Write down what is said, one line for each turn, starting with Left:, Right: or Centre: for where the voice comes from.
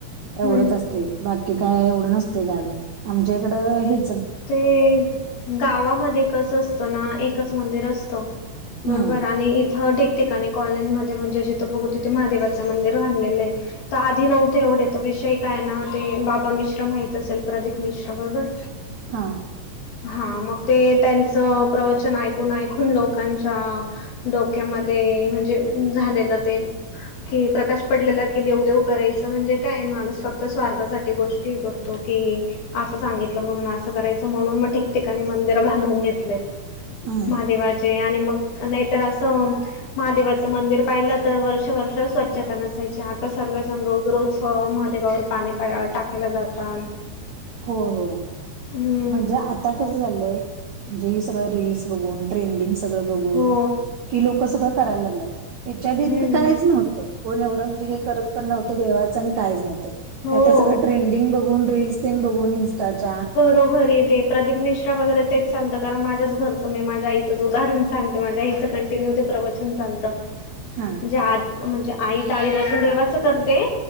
Right: एवढंच
Left: हम्म.
Right: असते बाकी काय एवढं नसत गावी आमच्या इकड हे
Left: ते गावामध्ये कस असतं ना एकच मंदिर असत बरोबर
Right: हम्म
Left: आणि थं ठिकठिकाणी कॉलेजमध्ये म्हणजे जिथं बघू तिथे महादेवाचं मंदिर बाधलेलं आहे. तर आधी नव्हते एवढे तर विषय काय ना ते बाबा मिश्रा माहित असेल प्रदीप मिश्रा बरोबर
Right: हा.
Left: हा मग ते त्यांचं प्रवचन ऐकून ऐकून लोकांच्या डोक्यामध्ये म्हणजे झालेलं ते कि प्रकाश पडलेला की देव- देव करायचं म्हणजे, काय माणूस फक्त स्वारथासाठी गोष्ट तो की अस सांगितल म्हणून असं करायच म्हणून मग ठिकठिकाणी मंदिर बांधून घेतलेत
Right: हम्म
Left: महादेवाचे आणि मग नाहीतर असं महादेवाचं मंदिर पाहिलं तर वर्ष- वर्ष स्वच्छता नसायची आता सर्वजण रोज- रोज महादेवावर पाणी पा टाकायला जातात.
Right: हो होय
Left: हं.
Right: म्हणजे आता कस झालंय म्हणजे सगळं रीलस बघून ट्रेंडिंग सगळं बघून
Left: हो.
Right: कि लोक सगळं करायला लागलेत याच्या आधी
Left: हं.
Right: इतकं काहीच नव्हत. कोण एवढं म्हणजे हे करत पण नव्हतं देवाचं म्हणजे आणि कायच नव्हतं
Left: हो.
Right: आता सगळं ट्रेंडिंग बघून रीलस देन बघून इन्स्टाच्या
Left: तो घरीे प्रदीप मिश्रा वगैरे तेच चालतं, कारण माझ्याच घरचं मी माझ्या आईचंच उदाहरण सांगते माझ्या आईचं कंटिन्यू ते प्रवचन चालतं.
Right: हा
Left: म्हणजे म्हणजे आई आधीपासून देवाच करते.,